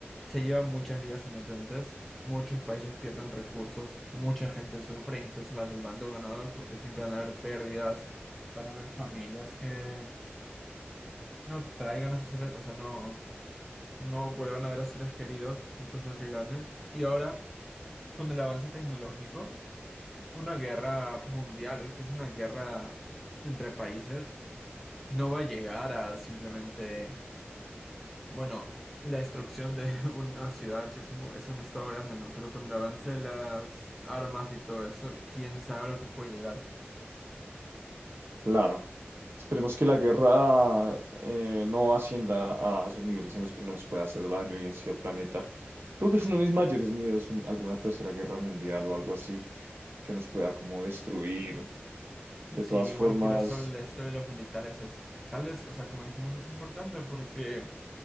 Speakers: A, in the centre; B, on the right.
A: se lleva muchas vidas inocentes, muchos países pierden recursos, mucha gente sufre, incluso las del bando ganador, porque siempre van a haber pérdidas, van a haber familias que no traigan a sus seres, o sea, no, no vuelvan a ver a sus seres queridos, incluso aunque ganes. Y ahora, con el avance tecnológico, una guerra mundial o incluso una guerra entre países no va a llegar a simplemente, bueno, la destrucción de <laughs> una ciudad, si es un, es un estado grande, ¿no? Pero con el avance de las armas y todo eso, quién sabe lo que puede llegar.
B: claro. Esperemos que la guerra eh, no ascienda a esos niveles en los que nos pueda hacer daño y en sí al planeta. Creo que es uno de mis mayores miedos, un- alguna tercera guerra mundial o algo así que nos pueda como destruir. De
A: Sí,
B: todas
A: igual
B: formas.
A: por eso el- esto de los militares es, tal vez, o sea, como dijimos, es importante porque